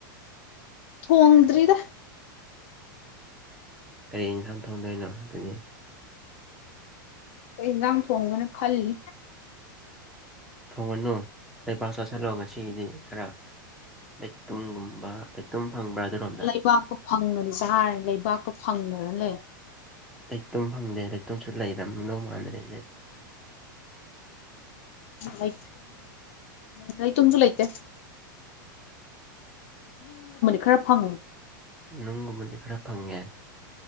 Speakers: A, on the left (about 40°); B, in the centre.
A: ꯊꯣꯡꯗꯔꯤꯗ
B: ꯀꯔꯤ ꯑꯦꯟꯁꯥꯡ ꯊꯣꯡꯗꯅꯣ ꯑꯗꯨꯗꯤ
A: ꯀꯈꯣꯏ ꯏꯟꯒꯥꯡ ꯊꯣꯡꯕꯅ ꯈꯜꯂꯤ
B: ꯊꯣꯡꯉꯅꯨꯕꯥꯛ ꯆꯠꯁꯤꯜꯂꯣ ꯉꯁꯤꯒꯤꯗꯤ ꯈꯔ ꯂꯩꯇꯨꯝꯒꯨꯝꯕ ꯂꯩꯇꯨꯝ ꯐꯪꯕ꯭ꯔꯥ ꯑꯗꯨꯔꯣꯝꯗ
A: ꯂꯩꯕꯥꯛꯀ ꯐꯪꯉꯅꯤ ꯆꯥꯔꯅꯤ ꯂꯩꯕꯥꯛꯀ ꯐꯪꯗꯅ ꯂꯩ
B: ꯂꯩꯇꯣꯝ ꯐꯪꯗꯦ ꯂꯩꯇꯣꯝꯁꯨ ꯂꯩꯔꯝꯗꯧ ꯃꯥꯟꯗ꯭ꯔꯦꯅꯦ
A: ꯂꯥꯏ ꯇꯥꯏ ꯇꯨꯁꯨꯂꯥꯏꯇ ꯈꯔ ꯐꯪꯉꯤ
B: ꯅꯨꯡꯒꯨꯝꯕꯗꯤ ꯈꯔ ꯐꯪꯉꯦ